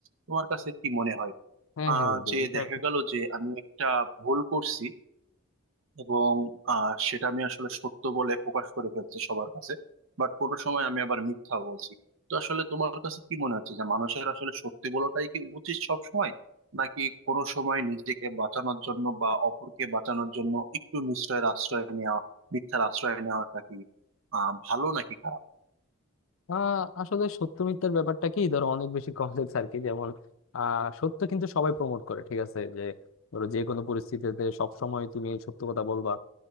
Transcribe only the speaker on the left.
হ্যাঁ
হ্যাঁ বন্ধু
এটা
আহ আসলে সত্য মিথ্যার ব্যাপারটা কি ধরো অনেক বেশি কমপ্লেক্স আর কি যেমন আহ সত্য কিন্তু সবাই প্রমোট করে ঠিক আছে যে ধরো যে কোনো পরিস্থিতিতে সব সময় তুমি সত্য কথা বলবা